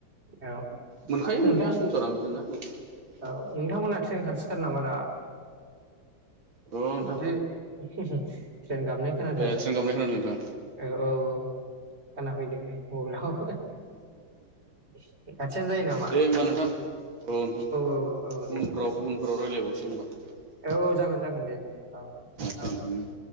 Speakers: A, on the right; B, on the right.
A: औ
B: मोनखायो
A: हाब नोंथां
B: मोननाया संसारा बिदिना ।
A: औ नोंथांमोना ट्रेन खाथिथार नामा दा
B: अ नोंथां
A: माथो हु हु । <unintelligible> ट्रेन गाबनाय खोनाथारदों
B: ए ट्रेन गाबनाय खोनादों नोंथां
A: औ औ औ खोनाफैदों नै । औ लाव
B: <unintelligible>
A: <unintelligible> नामा
B: दे होमबा नोंथां औ नोंथां
A: औ औ दे
B: उनफोराव
A: दे
B: उनफोराव रायज्लायबावसै होमबा ।
A: औ जागोन जागोन दे दे औ
B: दोनथ'नो
A: औ ।